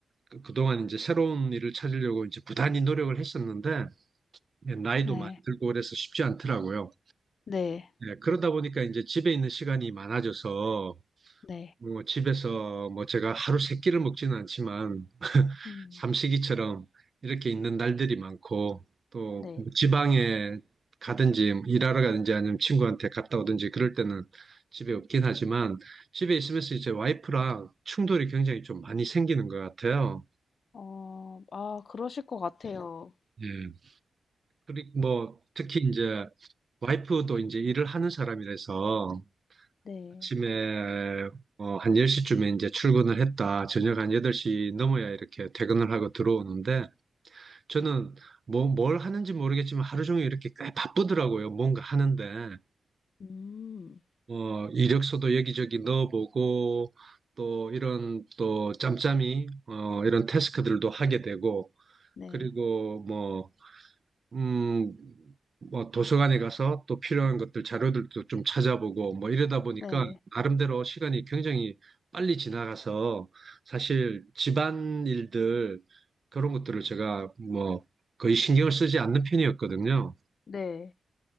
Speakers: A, on the right; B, on the left.
A: 그- 그동안 이제 새로운 일을 찾으려고 이제 부단히 노력을 했었는데 예, 나이도
B: 네.
A: 많이 들고 그래서 쉽지 않더라고요.
B: 네.
A: 예, 그러다 보니까 이제 집에 있는 시간이 많아져서
B: 네.
A: 뭐 집에서 뭐 제가 하루 세 끼를 먹지는 않지만 <laughs>
B: 음
A: 삼식이처럼 이렇게 있는 날들이 많고 또뭐
B: 네.
A: 지방에 가든지 일하러 가든지 아니면 친구한테 갔다 오든지 그럴 때는 집에 없긴 하지만 집에 있으면서 이제 와이프랑 충돌이 굉장히 좀 많이 생기는 것 같아요.
B: 어 아 그러실 것 같아요.
A: 예. 그리고 뭐 특히 이제 와이프도 이제 일을 하는 사람이라서
B: 네.
A: 아침에 어, 한 10시쯤에 이제 출근을 했다. 저녁 한 8시 넘어야 이렇게 퇴근을 하고 들어오는데 저는 뭐, 뭘 하는지 모르겠지만 하루 종일 이렇게 꽤 바쁘더라고요. 뭔가 하는데
B: 음.
A: 어, 이력서도 여기저기 넣어보고 또 이런 또 짬짬이 어, 이런 태스크들도 하게 되고
B: 네.
A: 그리고 뭐 음, 뭐 도서관에 가서 또 필요한 것들 자료들도 좀 찾아보고 뭐 이러다 보니까
B: 네.
A: 나름대로 시간이 굉장히 빨리 지나가서 사실 집안 일들 그런 것들을 제가 뭐 거의 신경을 쓰지 않는 편이었거든요.
B: 네.